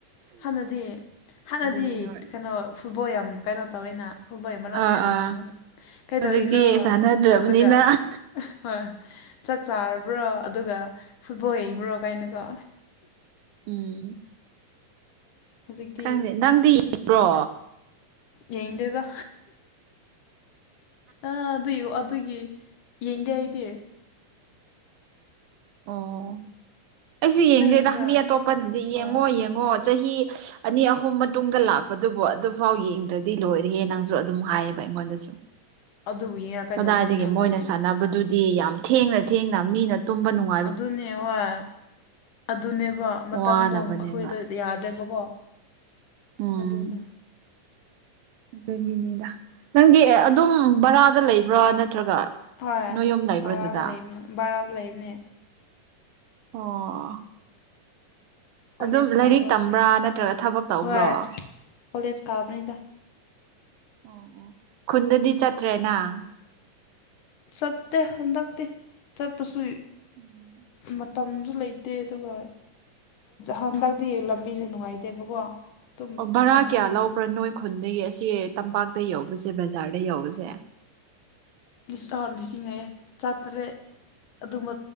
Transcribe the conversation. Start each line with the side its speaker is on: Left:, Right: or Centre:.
Left: ꯍꯥꯟꯅꯗꯤ ꯍꯥꯟꯅꯗꯤ
Right: ꯑꯗꯨꯅꯤ ꯍꯣꯏ
Left: ꯀꯩꯅꯣ ꯐꯨꯠꯕꯣꯜ ꯌꯥꯝ ꯀꯩꯅꯣ ꯇꯧꯋꯦꯅ꯫ ꯍꯣꯏꯕꯩ ꯃꯔꯥꯝꯗ
Right: ꯑꯥ
Left: ꯌꯥꯝꯅ
Right: ꯑꯥ
Left: ꯉꯥꯡꯕꯅꯦ ꯀꯩꯗꯧꯔꯤꯅꯣ
Right: ꯍꯧꯖꯤꯛꯇꯤ ꯁꯥꯟꯅꯗ꯭ꯔꯕꯅꯤꯅ
Left: ꯑꯗꯨꯒ꯫ ꯍꯣꯏ ꯆꯥꯛ ꯆꯥꯔꯕ꯭ꯔꯣ ꯑꯗꯨꯒ ꯐꯨꯠꯕꯣꯜ ꯌꯩꯕ꯭ꯔꯣ ꯀꯥꯏꯅꯀꯣ꯫
Right: ꯎꯝ꯫
Left: ꯍꯧꯖꯤꯛꯇꯤ
Right: ꯈꯪꯗꯦ ꯅꯪꯗꯤ ꯏꯕ꯭ꯔꯣ꯫
Left: ꯌꯦꯡꯗꯦ ꯗ꯫ ꯑ ꯑꯗꯨꯏ ꯑꯗꯨꯒꯤ ꯌꯦꯡꯗꯦ ꯑꯩꯗꯤ꯫
Right: ꯑꯣ ꯑꯩꯁꯨ ꯌꯦꯡꯗꯦꯗ
Left: ꯅꯪ ꯌꯦꯡꯕ꯭ꯔꯥ
Right: ꯃꯤ ꯑꯇꯣꯞꯄꯅꯗꯤ ꯌꯦꯡꯉꯣ
Left: ꯑꯣ
Right: ꯌꯦꯡꯉꯣ ꯆꯍꯤ꯫ ꯑꯅꯤ ꯑꯍꯨꯝ ꯃꯇꯨꯡꯗ ꯂꯥꯛꯄꯗꯨꯕꯨ ꯑꯗꯨꯐꯥꯎ ꯌꯦꯡꯗ꯭ꯔꯗꯤ ꯂꯣꯏꯔꯦꯅ ꯅꯪꯁꯨ ꯑꯗꯨꯝ ꯍꯥꯏꯌꯦꯕ ꯑꯩꯉꯣꯟꯗꯁꯨ꯫
Left: ꯑꯗꯨꯕꯨ ꯌꯦꯡꯉ ꯀꯩꯗꯧꯗꯣꯏꯅꯣ
Right: ꯀꯗꯥꯏꯗꯒꯤ
Left: ꯑꯩꯈꯣꯏ
Right: ꯃꯣꯏꯅ ꯁꯥꯟꯅꯕꯗꯨ꯫ ꯗꯤ ꯌꯥꯝ ꯊꯦꯡꯅ ꯊꯦꯡꯅ ꯃꯤꯅ ꯇꯨꯝꯕ ꯅꯨꯡꯉꯥꯏ꯫
Left: ꯑꯗꯨꯅꯦ ꯍꯣꯏ ꯑꯗꯨꯅꯦꯕ ꯃꯇꯝꯗꯣ
Right: ꯋꯥꯅꯕꯅꯦꯕ
Left: ꯑꯩꯈꯣꯏꯗ꯫ ꯌꯥꯗꯦꯕꯀꯣ
Right: ꯎꯝ
Left: ꯑꯗꯨꯅꯦ꯫
Right: ꯑꯗꯨꯒꯤꯅꯤꯗ ꯅꯪꯗꯤ ꯑꯗꯨꯝ ꯚꯔꯥꯗ ꯂꯩꯕ꯭ꯔꯥ ꯅꯠꯇ꯭ꯔꯒ꯫
Left: ꯍꯣꯏ
Right: ꯅꯣꯏ ꯌꯨꯝ ꯂꯩꯕ꯭ꯔꯥ
Left: ꯚꯔꯥꯗ
Right: ꯑꯗꯨꯗ
Left: ꯂꯩꯕꯅꯦ ꯚꯔꯥꯗ ꯂꯩꯕꯅꯦ꯫
Right: ꯑꯣ꯫
Left: ꯀꯣꯂꯦꯖ
Right: ꯑꯗꯨꯝ ꯂꯥꯏꯔꯤꯛ
Left: ꯀꯥꯕ ꯑꯗꯨꯗꯒꯤ
Right: ꯇꯝꯕ꯭ꯔꯥ ꯅꯠꯇ꯭ꯔꯒ ꯊꯕꯛ ꯇꯧꯕ꯭ꯔꯣ
Left: ꯍꯣꯏ
Right: ꯑꯣ
Left: ꯀꯣꯂꯦꯖ ꯀꯥꯕꯅꯤꯗ꯫
Right: ꯑꯣ ꯑꯣ ꯈꯨꯟꯗꯗꯤ ꯆꯠꯇ꯭ꯔꯦ ꯅꯪ꯫
Left: ꯆꯠꯇꯦ ꯍꯟꯗꯛꯇꯤ ꯆꯠꯄꯁꯨ꯫
Right: <inaudible>
Left: ꯃꯇꯝꯖꯨ ꯂꯩꯇꯦ ꯑꯗꯨꯒ ꯍꯟꯗꯛꯇꯤ ꯂꯝꯕꯤꯁꯦ ꯅꯨꯡꯉꯥꯏꯇꯦꯕꯀꯣ ꯑꯗꯨꯝ
Right: ꯑꯣ ꯚꯔꯥ
Left: ꯅꯍꯥꯟꯒꯨꯝꯅ
Right: ꯀꯌꯥ ꯂꯧꯕ꯭ꯔꯥ ꯅꯣꯏ ꯈꯨꯟꯗꯒꯤ ꯑꯁꯤ ꯇꯝꯄꯥꯛꯇ ꯌꯧꯕꯁꯦ ꯕꯖꯥꯔꯗ ꯌꯧꯕꯁꯦ
Left: ꯂꯤꯁ ꯂꯤꯁ <inaudible> ꯆꯤꯡꯉꯛꯑꯦ ꯆꯥꯇꯔꯦꯠ ꯑꯗꯨꯝꯕ